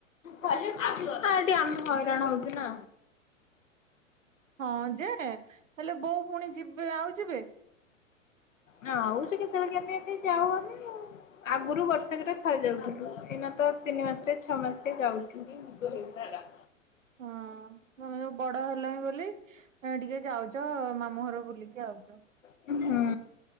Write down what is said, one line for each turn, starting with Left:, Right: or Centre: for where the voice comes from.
Left: ହଁ ଏଠି ଆମେ ହଇରାଣ ହଉଚୁ ନା।
Right: ହଁ ଯେ ହେଲେ ବୋଉ ପୁଣି ଯିବେ ଆଉ ଯିବେ?
Left: ନା ଆଉ ସେ କେତେବେଳେ କେମତି ଏମତି ଯାଉଅନି ଆଉ। ଆଗରୁ ବର୍ଷକରେ ଥରେ ଯାଉଥିଲୁ। ଏଇନା ତ ତିନି ମାସ ରେ ଛଅ ମାସରେ ଯାଉଚୁ। <inaudible>
Right: ହଁ ତମେ ଆଉ ବଡ ହେଲଣି ବୋଲି ଏଁ ଟିକେ ଯାଉଚ ମାମୁଁ ଘର ବୁଲିକି ଆାଉଚ
Left: ହୁଁ